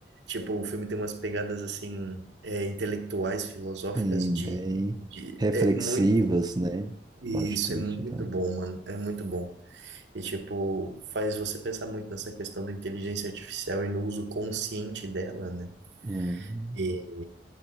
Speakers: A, on the right; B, on the right.
A: tipo, o filme tem umas pegadas, assim, é, intelectuais, filosóficas
B: Bem,
A: de,
B: bem
A: de...
B: reflexivas,
A: É muito bom.
B: né?
A: Isso,
B: Plot twist
A: é muito
B: e tal.
A: bom, mano, é muito bom. E, tipo, faz você pensar muito nessa questão da inteligência artificial e no uso consciente dela, né?
B: Uhum,
A: E